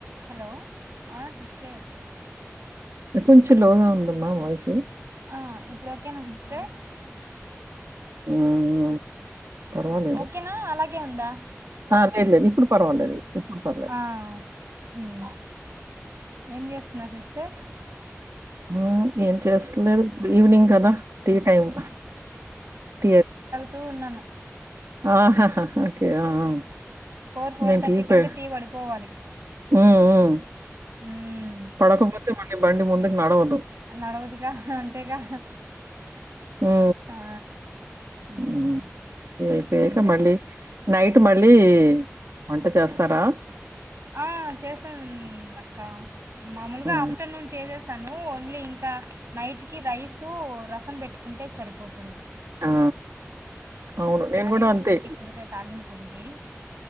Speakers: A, on the right; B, on the right.
A: హలో ఆ సిస్టర్
B: కొంచెంలోగా ఉందమ్మా వాయిస్
A: ఆ ఇప్పుడు ఓకేనా సిస్టర్
B: హ్మ్. పర్వాలేదు.
A: ఓకేనా అలాగ్ గే ఉందా
B: ఆ లేదు లేదు ఇప్పుడు పర్వాలేదు ఇప్పుడు పర్వాలే
A: ఆ ఉమ్ ఏం చేస్తున్నారు సిస్టర్
B: హ్మ్ ఏం చేస్తలేదు ఇప్పు ఈవినింగ్ కదా టీ టైమ్ టీ
A: తు ఉన్నాను
B: ఆహాహా ఓకే. ఆ! ఆ!
A: ఫోర్ ఫోర్
B: నేను
A: థర్టీ కంతా
B: పె
A: టీ పడిపోవాలి
B: హ్మ్ హ్మ్
A: హ్మ్
B: పడకపోతే మళ్లీ బండి ముందుకి నడవదు
A: నడవదుగా అంతేగా
B: ఉ
A: ఆ ఉమ్
B: ఉ ఇవి అయిపోయాక
A: ఇంకా
B: మళ్ళీ నైట్ మళ్ళీ వంట చేస్త వస్తారా
A: ఆ చేశాన్ అక్క మామూలుగా
B: హ్మ్.
A: ఆఫ్టర్నూన్ చేసేసి ను ఓన్లీ ఇంకా నైట్‌కి రైస్ సు రసం పెట్టుకుంటే సరిపోతు తుంది
B: ఆ! అవును. నేను
A: క్యారెట్
B: గూడా అంతే.
A: చక్కుడుగా తాలింపు ఉంది ఇ